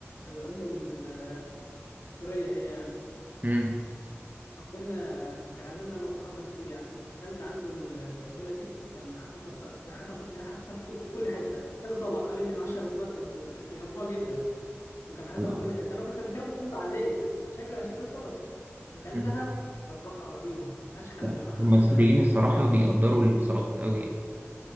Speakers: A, on the left; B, on the right.
A: امه من ال- سوريا هي يعني
B: مم.
A: فاكلنا كان عازمنا انا واصحابنا كتير يعني اكلت عنده التبوله دي كان حاططها في كان حاططها في كان حاططها في كل في كل حته كذا طبق حوالي يمكن 10 اطباق تبوله بيحبوها جدا وكان حتى
B: لا
A: في كل حتة أنا كنت فاكرها سلطة عادية شكلها شكل سلطة فأكلتها
B: مم.
A: صراحة رهيبة ملهاش حل
B: لا
A: بيح- حاطين
B: هما السوريين
A: فيها حاجتين.
B: الصراحة بيقدروا السلطات أوي يعني